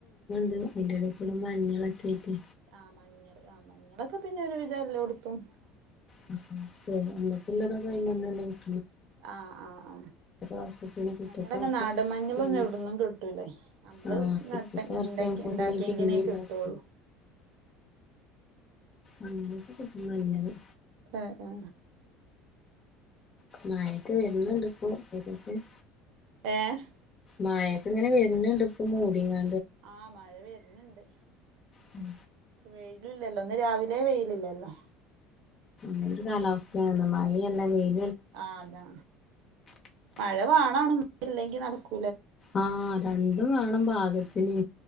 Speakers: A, on the left (about 35°); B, on the right (about 70°).
A: അതിന്റെടേക്കൂടെ മഞ്ഞളൊക്കെയിട്ട്
B: ആ മഞ്ഞള് ആ മഞ്ഞളൊക്കെ പിന്നെ ഒരു വിധം എല്ലോട് ത്തും
A: <unintelligible> പിന്നത് <unintelligible>
B: ആ ആ ആ
A: വർഷത്തിന് പിറ്റത്തെ
B: മഞ്ഞളൊക്കെ
A: വർഷം
B: നാടൻ മഞ്ഞളൊന്നും
A: പിന്നെ
B: എവിട്ന്നും കിട്ടൂല്ല നമ്മള്
A: ആഹ് പിറ്റത്തെ
B: നട്ട്
A: വർഷാവുമ്പോത്തിന്
B: ണ്ടാക്കി ണ്ടാക്കിയെങ്കിലെന്നെ
A: പിന്നിം ഇണ്ടാവും
B: കിട്ടൊള്ളു
A: അങ്ങനൊക്കെ കിട്ടും മഞ്ഞള്
B: ആ ആ
A: മഴ ത് വര്ണ് ണ്ട്പ്പോ <unintelligible>
B: ഏഹ്
A: മഴക്കിങ്ങനെ വരുന്നിണ്ട് ഇപ്പം മൂടിങ്ങാ
B: ആ മഴവര് ന്ന്ണ്ട്
A: മ്
B: വെയിലില്ലല്ലോ ഇന്ന് രാവിലെ വെയിലില്ലല്ലോ
A: നല്ലൊരു കാലാവെസ്ഥയാണ് മഴ <unintelligible>
B: ആഹ് അതാ മഴ മാണാണും ഇല്ലെങ്കിൽ നടക്കും
A: ആഹ് രണ്ടും വേണം പാകത്തിന്